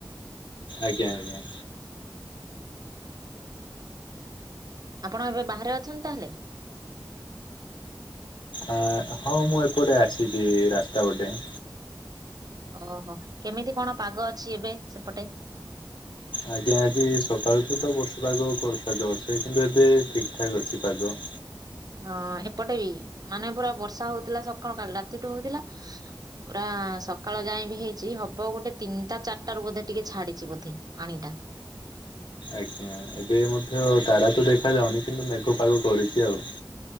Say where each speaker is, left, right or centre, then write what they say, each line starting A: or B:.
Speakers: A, on the left; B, on the right.
A: ଆଜ୍ଞା।
B: ଆପଣ ଏବେ ବାହାରେ ଅଛନ୍ତି ତାହେଲେ।
A: ଆ ହଁ ମୁଁ ଏପଟେ ଆସିଛି ରାସ୍ତା ପଟେ।
B: ଓହୋ କେମିତି କଣ ପାଗ ଅଛି ଏବେ ସେପଟେ?
A: ଆଜ୍ଞା ଆଜି ସକାଳଠୁ ତ ବର୍ଷ ପାଗ କରୁଥା ଜର ସେ କିନ୍ତୁ ଏବେ ଠିକଠାକ ଅଛି ପାଗ।
B: ହଁ ଏପଟେ ବି ମାନେ ପୁରା ବର୍ଷା ହଉଥିଲା ସକାଳ କାଲି ରାତିଠୁ ହଉଥିଲା। ପୁରା ସକାଳ ଯାଇଁ ବି ହେଇଛି ହବ ଗୋଟେ ତିନିଟା ଚାରିଟା ର ବୋଧେ ଟିକେ ଛାଡିଚଛି ବୋଧେ। ପାଣିଟା।
A: ଆଜ୍ଞା ଏବେ ମଧ୍ୟ ତାରା ତ ଦେଖା ଯାଉନି କିନ୍ତୁ ମେଘ ପାଗ କରିଛି ଆଉ।